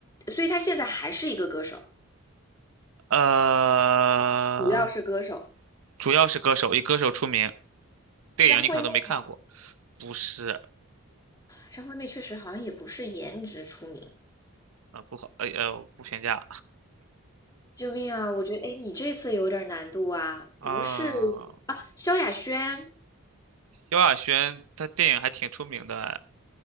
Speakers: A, on the left; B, on the right.
A: 所以她现在还是一个歌手，
B: 呃，
A: 主要是歌手。
B: 主要是歌手，以歌手出名，电影你可能都没看过，
A: 张惠妹吗？
B: 不是，
A: 张惠妹确实好像也不是颜值出名。
B: 呃，不好，呃呃，不评价。
A: 救命啊！我觉得，哎，你这次有点难度啊，
B: 啊，
A: 不是啊？萧亚轩
B: 萧亚轩她电影还挺出名的，